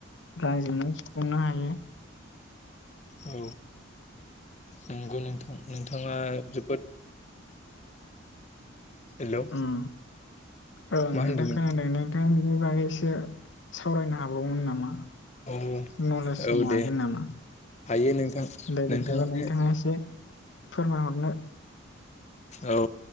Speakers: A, on the left; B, on the left.
A: रांजोंनो सुफुंनो हायो।
B: औ नंगौ नोंथां नोंथाङा जोब हेलौ
A: ओम ओं
B: मा
A: नोंथां
B: होनदोंमोन
A: खोनादों नो नों बिनि बागै एसे सावरायनो हाबावगोमोन नामा?
B: औ
A: नलेज
B: औ
A: होनो
B: दे
A: हागोन नामा?
B: हायो नोंथां
A: दे
B: नोंथाङानो
A: बिदिबा नोंथाङा एसे फोरमायहरनो
B: औ।